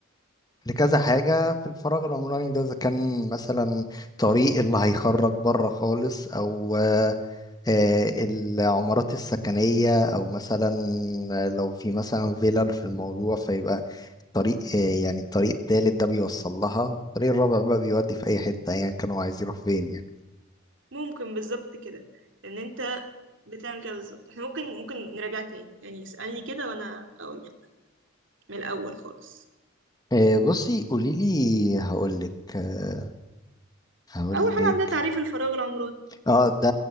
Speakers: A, on the left (about 20°); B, on the right (about 60°).
A: لكذا حاجة في الفراغ العمراني ده إذا كان مثلا طريق اللي هيخرج بره خالص أو آه، العمارات السكنية أو مثلا لو في مثلا فيلل في الموضوع فيبقى طريق آه، يعني الطريق التالت ده بيوصل لها والطريق الرابع بقى بيودي في أي حتة أيا يعني كانوا عايزين يروح فين يعني
B: ممكن بالظبط كده ان انت بتعمل كده بالظبط احنا ممكن ممكن نراجع تاني يعني اسألني كده وانا اقول من الاول خالص
A: آه، بصي قوليلي هقولك آه، هقولك
B: اول حاجة عندنا تعريف الفراغ العمراني
A: اه ده